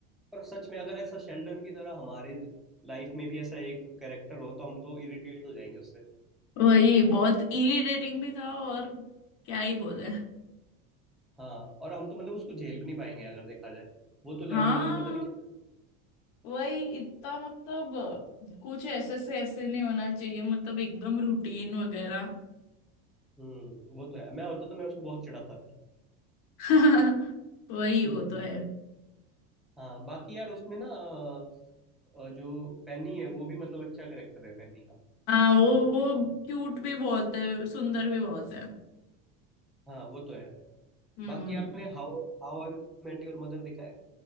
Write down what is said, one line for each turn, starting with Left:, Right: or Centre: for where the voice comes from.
Centre: पर सच में अगर ऐसा शेल्डन की तरह हमारे लाइफ में भी ऐसा एक कैरेक्टर हो तो हम तो इरिटेट हो जाएंगे उससे
Left: वही बहुत इरिटेटिंग भी था और क्या ही बोले
Centre: हाँ और हम तो मतलब उसको झेल भी नहीं पाएंगे अगर देखा जाए वो तो लेनर्ड
Left: हाँ
Centre: पता नहीं क्या
Left: वही इतना मतलब कुछ ऐसे से ऐसे नहीं होना चाहिए मतलब एकदम रूटीन वगैरह
Centre: हम्म वो तो है मैं होता तो मैं उसको बहुत चिढ़ाता फिर
Left: <laughs> वही
Centre: हम्म
Left: वो तो
Centre: हम्म।
Left: है
Centre: हाँ बाकी यार उसमें ना अ, अ, जो पेनी है वो भी मतलब अच्छा करेक्टर है पेनी का
Left: हाँ वो वो क्यूट भी बहुत है सुंदर भी बहुत है
Centre: हाँ वो तो है
Left: हम्म
Centre: बाकी आपने how how I met your mother देखा है